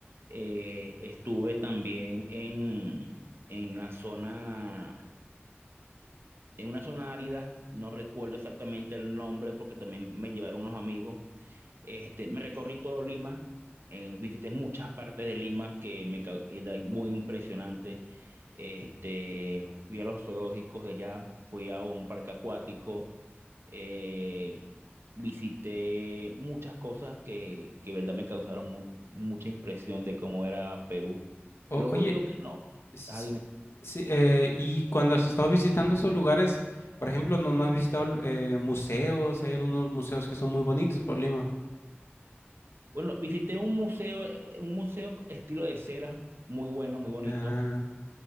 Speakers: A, on the right (about 65°); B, on the left (about 70°).
A: Eh, estuve también en, en la zona en una zona árida, no recuerdo exactamente el nombre porque también me llevaron unos amigos. Este, me recorrí todo Lima, eh, visité muchas partes de Lima que me cau- eran muy impresionante. Este, fui a los zoológicos de allá, fui a un parque acuático, eh, visité muchas cosas que, que verdad me causaron mu- mucha impresión de cómo era Perú.
B: O-
A: Lo
B: oye,
A: único que no,
B: Sí,
A: ah, dime.
B: sí, eh, y cuando has estado visitando esos lugares, por ejemplo, ¿no, no has visitado eh, museos? Hay algunos museos que son muy bonitos por Lima.
A: Bueno, visité un museo, eh, un museo estilo de cera, muy bueno, muy bonito,
B: Ah,